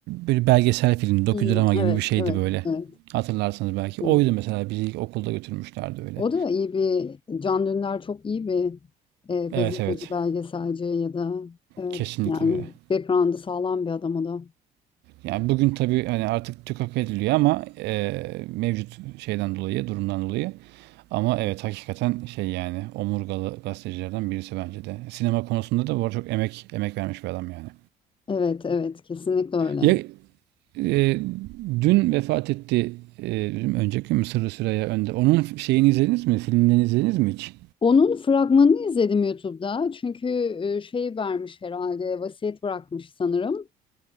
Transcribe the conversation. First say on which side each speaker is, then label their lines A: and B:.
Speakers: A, on the right; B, on the left.
A: böyle belgesel film, dokudrama
B: Hmm,
A: gibi
B: evet,
A: bir şeydi
B: evet,
A: böyle.
B: evet.
A: Hatırlarsınız belki.
B: Hı.
A: Oydu mesela bizi ilk okulda götürmüşlerdi öyle.
B: O da iyi bir Can Dündar çok iyi bir e, gazeteci,
A: Evet evet.
B: belgeselci ya da evet
A: Kesinlikle
B: yani
A: öyle.
B: background'ı sağlam bir adam o da.
A: Yani bugün tabii hani artık tükak ediliyor ama eee, mevcut şeyden dolayı, durumdan dolayı. Ama evet hakikaten şey yani omurgalı gazetecilerden birisi bence de. Sinema konusunda da bu arada çok emek emek vermiş bir adam yani.
B: Evet evet kesinlikle öyle.
A: Ya Eee, dün vefat etti. Eee, önceki gün mü Süreyya Önde. Onun şeyini izlediniz mi? Filmlerini izlediniz mi hiç?
B: Onun fragmanını izledim YouTube'da çünkü e, şey vermiş herhalde vasiyet bırakmış sanırım.